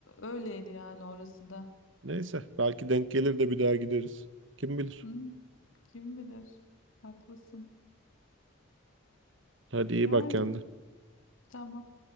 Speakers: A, on the left; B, on the right.
A: öyleydi yani orası da.
B: Neyse belki denk gelir de bir daha gideriz. Kim bilir.
A: Hı, kim bilir? Haklısın.
B: Hadi iyi
A: Yani
B: bak kendine.
A: tamam.